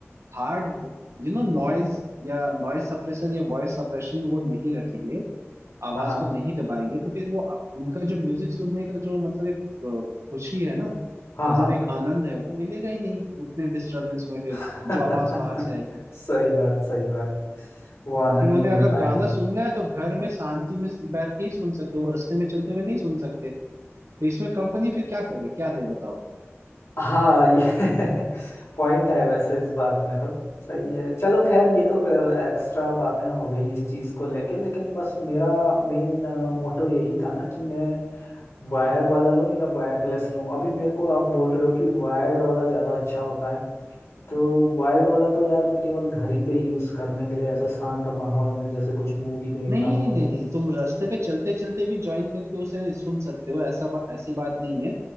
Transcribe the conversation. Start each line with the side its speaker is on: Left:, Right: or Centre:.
Right: हार्ड यू नो नॉइज या नॉइज सप्रेशन या वॉइस सप्रेशन वो नहीं रखेंगे आवाज
Left: हाँ हाँ
Right: को नहीं दबाएंगे तो फिर वो आ- उनका जो म्यूजिक सुनने का जो मतलब एक अ, खुशी है ना
Left: हाँ
Right: मतलब
Left: हाँ
Right: एक आनंद है वो मिलेगा ही नहीं उतने डिस्टरबेंस में फिर
Left: <laughs>
Right: जो आवाज बाहर से आएगी तो
Left: सही बात सही बात वो आनंद
Right: फिर
Left: नहीं
Right: उन्हें अगर
Left: मिल पाएगा
Right: गाना
Left: उन्हें
Right: सुनना है तो घर में शांति में बैठ के ही सुन सकते वो रास्ते में चलते हुए नहीं सुन सकते तो इसमें कंपनी फिर क्या करे क्या दे बताओ
Left: हाँ ये <laughs> पॉइंट है वैसे इस बात में तो सही है चलो खैर ये तो एक्स्ट्रा बातें हो गई इस चीज़ को लेके लेकिन बस मेरा मेन मोटो यही था ना कि मैं वायर वाला लूँ या वायरलेस लूँ अभी मेरे को आप बोल रहे हो कि वायर्ड वाला ज़्यादा अच्छा होता है तो वायर्ड वाला तो यार मैं केवल घर ही पे यूज़ करने के लिए ऐसे शांत माहौल में जैसे कुछ मूवी देख
Right: नहीं
Left: रहा हूँ
Right: नहीं
Left: या
Right: नहीं तुम रास्ते पे चलते चलते भी ज्वाइन करके उसे सुन सकते हो ऐसा बा, ऐसी बात नहीं है